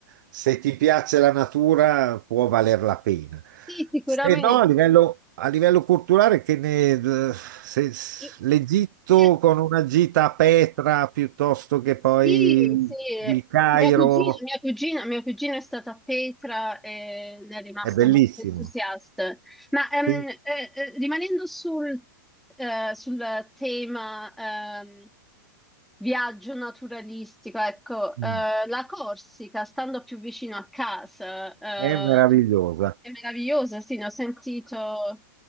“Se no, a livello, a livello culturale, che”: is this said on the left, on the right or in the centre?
Right